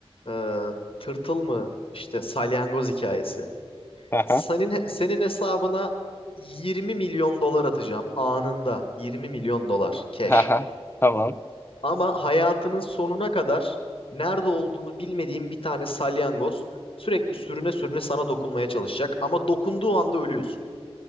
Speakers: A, on the left (about 60°); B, on the left (about 20°).
A: e, tırtıl mı işte salyangoz hikayesi.
B: Haha.
A: Senin senin hesabına 20 milyon dolar atacağım anında. 20 milyon dolar cash.
B: Haha. Tamam.
A: Ama hayatının sonuna kadar nerede olduğunu bilmediğin bir tane salyangoz sürekli sürüne sürüne sana dokunmaya çalışacak ama dokunduğu anda ölüyorsun.